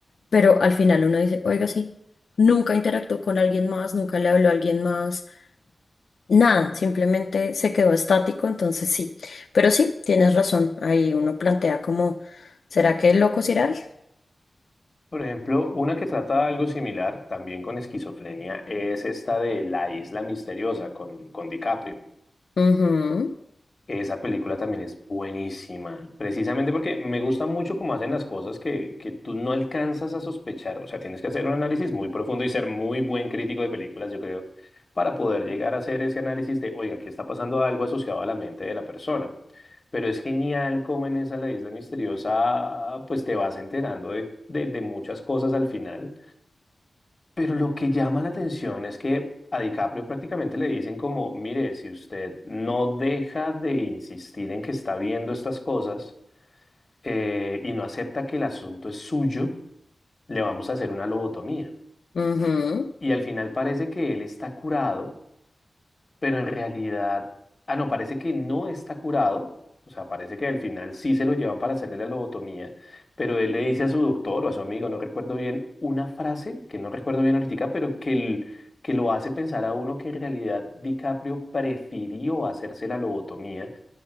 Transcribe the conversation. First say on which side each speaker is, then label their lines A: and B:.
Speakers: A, on the left; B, on the left.
A: pero al final uno dice, oiga, sí, nunca interactuó con alguien más, nunca le habló a alguien más, nada, simplemente se quedó estático, entonces sí, pero sí, tienes razón, ahí uno plantea como, ¿será que el loco es Iral?
B: Por ejemplo, una que trata algo similar, también con esquizofrenia, es esta de La Isla Misteriosa con, con DiCaprio.
A: Ujú,
B: Esa película también es buenísima, precisamente porque me gusta mucho cómo hacen las cosas que, que tú no alcanzas a sospechar. O sea, tienes que hacer un análisis muy profundo y ser muy buen crítico de películas, yo creo, para poder llegar a hacer ese análisis de, oiga, aquí está pasando algo asociado a la mente de la persona. Pero es genial cómo en esa La Isla Misteriosa, pues te vas enterando de, de, de muchas cosas al final. Pero lo que llama la atención es que a DiCaprio prácticamente le dicen como, mire, si usted no deja de insistir en que está viendo estas cosas eh, y no acepta que el asunto es suyo, le vamos a hacer una lobotomía.
A: ujú.
B: Y al final parece que él está curado pero en realidad, ah, no, parece que no está curado, o sea, parece que al final sí se lo llevan para hacerle la lobotomía, pero él le dice a su doctor o a su amigo, no recuerdo bien, una frase que no recuerdo bien ahorita, pero que, el- que lo hace pensar a uno que en realidad DiCaprio prefirió hacerse la lobotomía